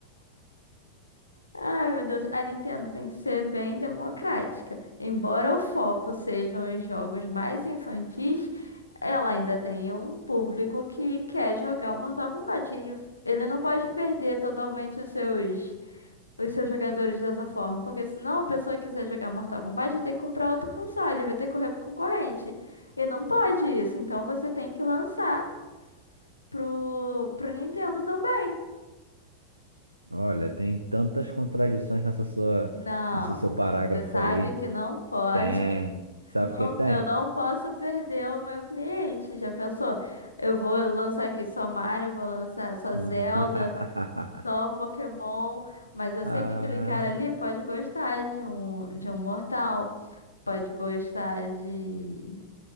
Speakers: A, on the left; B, on the right.
A: Ai, meu Deus, a Nintendo tem que ser bem democrática. Embora o foco sejam os jogos mais infantis, ela ainda tem um público que quer jogar o Mortal Kombat. E ele não pode perder totalmente os seus, os seus jogadores dessa forma, porque senão a pessoa que quiser jogar Mortal Kombat vai ter que comprar outro console, vai ter que correr pro concorrente. E não pode isso, então você tem que lançar pro, pro Nintendo também.
B: Olha, tem tantas contradições nessa sua,
A: Não,
B: nesse seu
A: não,
B: parágrafo
A: você sabe
B: aí.
A: que não pode.
B: Tem. Sabe
A: Não,
B: o que tem?
A: eu não posso perder o meu cliente. Já pensou? Eu vou lançar aqui só Mario, vou lançar só
B: Hum.
A: Zelda,
B: <laughs>
A: só Pokémon, mas eu
B: Ah.
A: sei que aquele cara ali pode gostar de um de um Mortal, pode gostar de